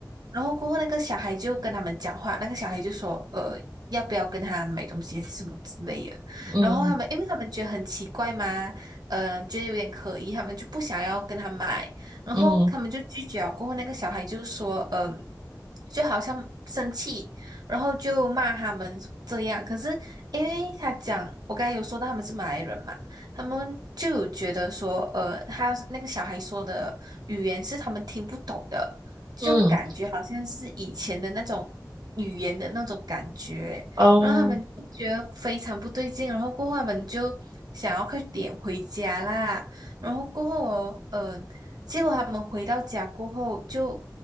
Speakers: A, on the right; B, on the right.
A: 然后过后那个小孩就跟他们讲话，那个小孩就说，呃，要不要跟他买东西还是什么之类的。
B: 嗯
A: 然后他们，因为他们觉得很奇怪嘛，呃，觉得有点可疑，他们就不想要跟他买，然后他们就拒绝了。
B: 嗯
A: 过后那个小孩就说，嗯、呃，就好像生气，然后就骂他们这样。可是因为他讲，我刚才有说到他们是马来人嘛，他们就有觉得说，呃，他那个小孩说的语言是他们听不懂的。就感觉好像是以前的那种语言的那种感觉，
B: 嗯，哦，
A: 然后他们就觉得非常不对劲，然后过后他们就想要快点回家啦，然后过后哦，呃，结果他们回到家过后就，